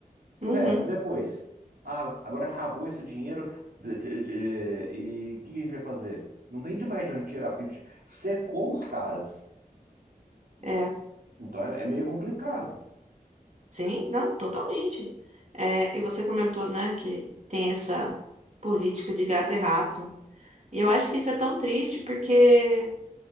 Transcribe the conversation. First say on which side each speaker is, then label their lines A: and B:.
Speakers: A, on the right; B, on the right.
A: E
B: Uhum.
A: o resto, depois? Ah, agora acabou esse dinheiro de- de- de- e o que a gente vai fazer? Não tem demais de onde tirar, porque a gente secou os caras.
B: É.
A: Então é, é meio complicado.
B: Sim, não, totalmente. É, e você comentou, né, que tem essa política de gato e rato. E eu acho que isso é tão triste porque